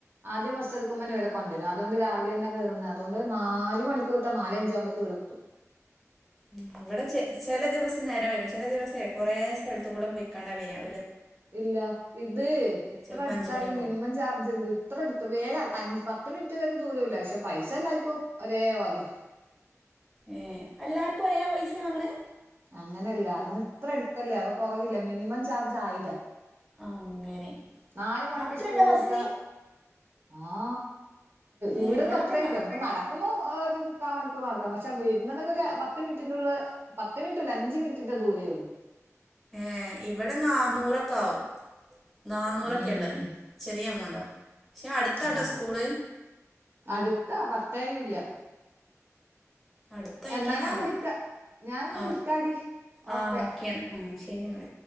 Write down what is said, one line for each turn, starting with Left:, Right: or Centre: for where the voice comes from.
Right: ആദ്യം ബസ് എടുക്കുമ്പോന്നെ ഇവിടെ കൊണ്ടിരും അതുണ്ട് രാവിലന്നെ കേറുന്നേ അതുകൊണ്ട് നാലു മണിക്കുവിട്ടാ നാലഞ്ചാകുംമ്പേക്ക് ഇവടത്തും
Centre: മ് ഇവിടെ ചെല ദിവസം നേരം വൈകും ചെല ദിവസേ കൊറേ സ്ഥലത്തൂകൂടെ പൊയ്ക്കണ്ടാ വര്യാ
Right: ഇല്ല ഇത് എത്ര
Centre: ചെലപ്പോ
Right: അടുത്താലും
Centre: അഞ്ച് മണിയൊക്കെ
Right: മിനിമം
Centre: ആവും
Right: ചാർജ് എന്ത് ഇത്രയെടുത്ത് വേഗം അഞ്ച് പത്ത് മിനിറ്റ് വരെ ദൂരവില്ലാ പക്ഷെ പൈസ എല്ലായിക്കും ഒരേപോലെയാ
Centre: ഏ അല്ലാർക്കു ഒരേ പൈസയാ വാങ്ങണെ
Right: അങ്ങനെയല്ലാ നമ്മൾ ഇത്ര അടുത്തല്ലേ അപ്പോ കൊറവില്ലേ മിനിമം ചാർജ് ആയിരാ
Centre: അങ്ങനെ
Right: നാല് മണിക്ക്
Centre: അത്രയുണ്ടോ
Right: സ്കൂളുവിട്ടാ
Centre: ബസ്സിന്
Right: ആ
Centre: ഏ
Right: ഇവിടന്ന്
Centre: ഇവിടൊക്കെ
Right: അത്രേ
Centre: ന
Right: ഇല്ല നമക്ക് നടക്കുബോ ഒരു മുക്കാ മണിക്കൂർ നടക്കാം പക്ഷെ പക്ഷ വരുന്നണ്ടെങ്കിൽ ഒരു പത്ത് മിനിറ്റിൻ്റുള്ള പത്ത് മിനിറ്റൂല്ല അഞ്ച് മിനിറ്റിന്റെ ദൂരേ ഒള്ളു
Centre: ഏ ഇവിടെ നാന്നൂറൊക്കെ ആവും നാന്നൂറൊക്കെയായൊള്ളെ
Right: ഉം
Centre: ചെറിയ എമൗണ്ടാ പക്ഷെ അടുത്താട്ടോ
Right: ആ
Centre: സ്കൂള്
Right: അടുത്താ വർത്തരൂല്ല
Centre: അടുത്തായിട്ടാണാവോ
Right: എന്നാ ഞാൻ വിളിക്കാ ഞാൻ നിവിളിക്കാടി
Centre: ആ ആ
Right: ഓക്കെ
Centre: ഓക്കെയാണ് ആ ശരി എന്നാൽ